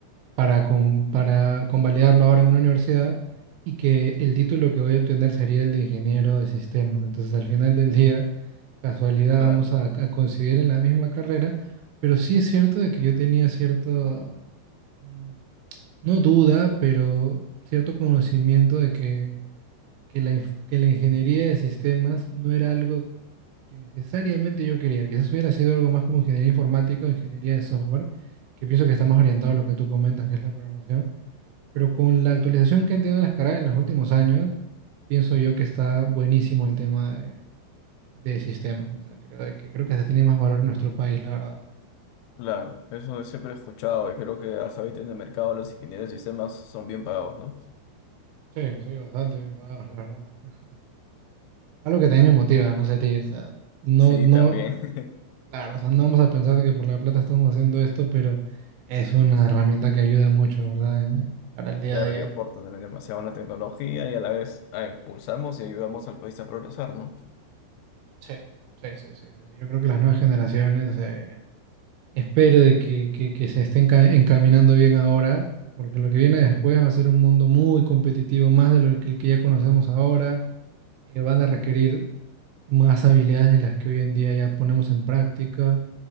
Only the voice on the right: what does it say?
para, con- para convalidarlo ahora en una universidad y que el título que voy a obtener sería el de ingeniero de sistemas. Entonces al final del día, casualidad,
vamos a, a coincidir en la misma carrera, pero sí es cierto de que yo tenía cierto, mm, no duda, pero cierto conocimiento de que que la, inf- que la ingeniería de sistemas no era algo que necesariamente yo quería. Quizás hubiera sido algo más como ingeniería informática o ingeniería de software, que pienso que está más orientado a lo que tú comentas, que es la programación. Pero con la actualización que han tenido las carreras en los últimos años, pienso yo que está buenísimo el tema de, de sistemas. O sea, creo de que creo que se tiene más valor en nuestro país, la verdad.
Sí, sí, bastante bien pagados, la verdad. <laughs> Algo que también me motiva, no sé a ti, o sea, no,
no.
Claro, o sea, no vamos a pensar que por la plata estamos haciendo esto, pero es una herramienta que ayuda mucho, ¿verdad? En- Para el día
a día.
Sí, sí, sí, sí, sí. sí. Yo creo que las nuevas generaciones eh, Espero de que, que- que se estén ca- encaminando bien ahora, porque lo que viene después va a ser un mundo muy competitivo, más de lo que, el que ya conocemos ahora. Eh, van a requerir más habilidades de las que hoy en día ya ponemos en práctica.